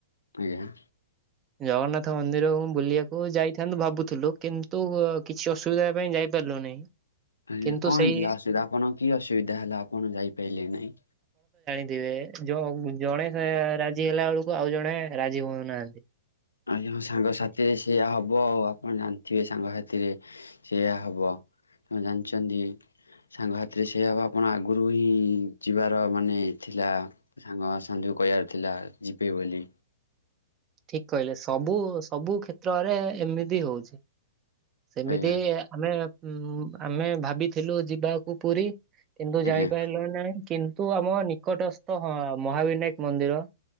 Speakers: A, on the left; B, on the right.
A: ଆଜ୍ଞା
B: ଜଗନ୍ନାଥ ମନ୍ଦିର ବୁଲିବାକୁ ଯାଇଥାନ୍ତୁ ଭାବୁଥିଲୁ କିନ୍ତୁ ତୁ କିଛି ଅସୁବିଧା ପାଇଁ ଯାଇପାରିଲୁ ନାହିଁ।
A: ଆଜ୍ଞା
B: କିନ୍ତୁ
A: କଣ
B: ସେଇ
A: ହେଇଥିଲା ଅସୁବିଧା ଆପଣଙ୍କ କି ଅସୁବିଧା ହେଲା ଆପଣ ଯାଇପାରିଲେ ନାଇଁ
B: ଇଏ ଜଣେ ରାଜି ହେଲା ବେଳକୁ ଆଉ ଜଣେ ରାଜି ହଉନାହାନ୍ତି ।
A: ଆଜ୍ଞା ସାଙ୍ଗସାଥିରେ ସେଇଆ ହବ । ହବ ଆଉ ଆପଣ ଜାଣିଥିବେ ସାଙ୍ଗସାଥିରେ ସେଇଆ ହେବ ଆପଣ ଜାଣିଛନ୍ତି। ସାଙ୍ଗସଥିରେ ସେଇ ହବ ଆପଣ ଆଗରୁ ହିଁ ଯିବାର ମାନେ ଥିଲା ସାଙ୍ଗ ସା କହିବାର ଥିଲା ଯିବେ ବୋଲି
B: ଠିକ କହିଲେ ସବୁ ସବୁ କ୍ଷେତ୍ରରେ ଏମିତି ହଉଛି ସେମିତି
A: ଆଜ୍ଞା
B: ଆମେ ଆମେ ଭାବିଥିଲୁ ଯିବାକୁ ପୁରୀ କିନ୍ତୁ
A: ଆଜ୍ଞା
B: ଜାଣିପାରିଲ ନାହିଁ କିନ୍ତୁ ଆମ ନିକଟସ୍ଥ ମହାବିନାୟକ ମନ୍ଦିର